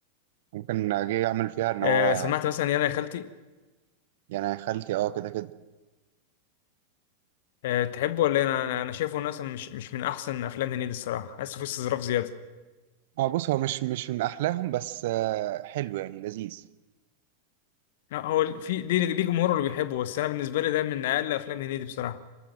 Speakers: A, on the right; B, on the left.
A: ممكن جه يعمل فيها ان
B: آه
A: هو
B: سمعت مثلا يانا يا خالتي
A: يعني يا خالتي اه كده كده
B: آه تحبه ولا إيه؟ انا انا شايفه إنه مثلا مش مش من احسن افلام هنيدي الصراحه حاسه فيه استظراف زياده
A: اه بص هو مش مش من احلاهم بس آه حلو يعني لذيذ
B: لا، هو في ليه ليه جمهوره اللي بيحبه بس انا بالنسبه لي ده من اقل افلام هنيدي بصراحه